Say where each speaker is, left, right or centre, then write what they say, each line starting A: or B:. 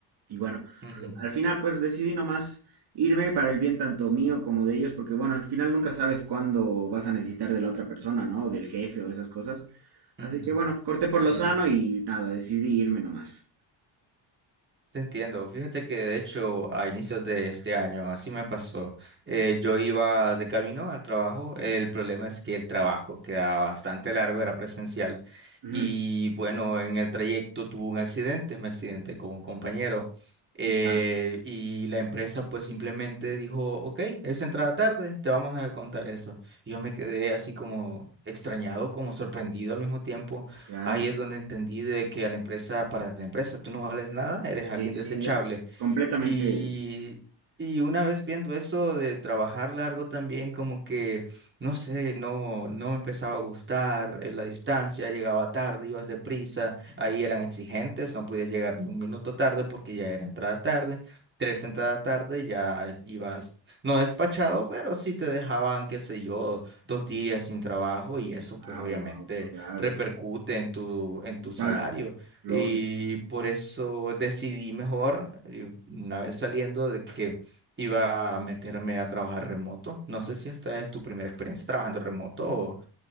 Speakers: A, on the right; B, on the right.
A: y bueno,
B: ujú, ujú,
A: al final pues decidí nomás irme para el bien tanto mío como de ellos, porque bueno, al final nunca sabes cuándo vas a necesitar de la otra persona, ¿no? O del jefe o esas cosas. Así
B: ujú,
A: que bueno, corté por
B: Sí.
A: lo sano y nada, decidí irme nomás.
B: Te entiendo. Fíjate que de hecho a inicios de este año así me pasó. Eh, yo iba de camino al trabajo. El problema es que el trabajo quedaba bastante largo, era presencial.
A: Ujú,
B: Y bueno, en el trayecto tuve un accidente, me accidenté con un compañero. eh,
A: Ya,
B: y la empresa pues simplemente dijo, ok, es entrada tarde, te vamos a contar eso. Y yo me quedé así como extrañado, como sorprendido al mismo tiempo
A: claro.
B: Ahí es donde entendí de que a la empresa, para la empresa, tú no vales nada, eres alguien
A: Sí, sí,
B: desechable.
A: completamente.
B: Y, y una vez viendo eso de trabajar largo también, como que, no sé, no, no me empezaba a gustar eh, la distancia, llegaba tarde, ibas deprisa, ahí eran exigentes, no podías llegar ni un minuto tarde porque ya era entrada tarde, tres entrada tarde ya ibas, no despachado, pero sí te dejaban, qué sé yo, dos días sin trabajo y eso pues
A: Ah,
B: obviamente
A: wow, claro,
B: repercute en tu, en tu salario.
A: para, lógico.
B: Y por eso decidí mejor, y una vez saliendo, de que iba a meterme a trabajar remoto. No sé si esta es tu primera experiencia trabajando remoto o,